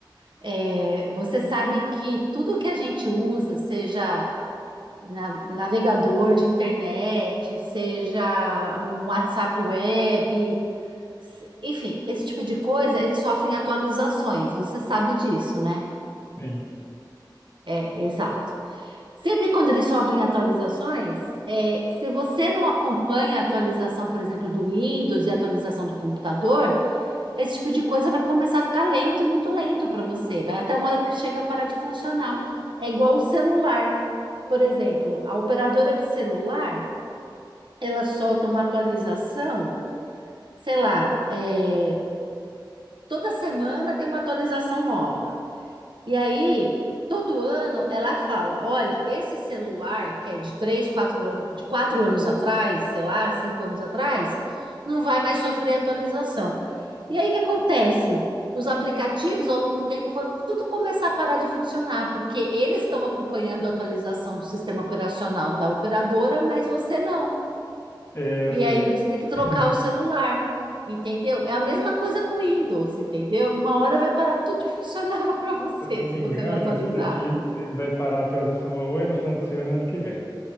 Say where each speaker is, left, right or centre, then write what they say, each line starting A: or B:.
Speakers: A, on the right; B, on the left.
A: É, você sabe que tudo que a gente usa, seja... na- navegador de internet, seja um WhatsApp web, s- enfim, esse tipo de coisa, eles sofrem atualizações. Você sabe disso, né?
B: Sim,
A: É, exato. Sempre quando eles sofrem atualizações, é, se você não acompanha a atualização, por exemplo, do Windows e a atualização do computador, esse tipo de coisa vai começar a ficar lento e muito lento para você. Vai até uma hora que chega a parar de funcionar. É igual o celular. Por exemplo, a operadora de celular. ela solta uma atualização, sei lá, é, toda semana tem uma atualização nova. E aí, todo ano, ela fala: olha, esse celular que é de três, quatro anos, de quatro anos atrás, sei lá, cinco anos atrás, não vai mais sofrer atualização. E aí, o que acontece? Os aplicativos, ao longo do tempo, vão tudo começar a parar de funcionar, porque eles estão acompanhando a atualização do sistema operacional da operadora, mas você não.
B: é,
A: E
B: eu sei.
A: aí você tem que trocar
B: <laughs>
A: o celular, entendeu? É a mesma coisa com o Windows, entendeu? Uma hora vai parar tudo de funcionar <laughs> para você
B: Se eu não
A: se
B: me
A: você
B: engano,
A: não atualizar.
B: esse daqui ele vai parar a atualização ou é no final desse ano ou ano que vem.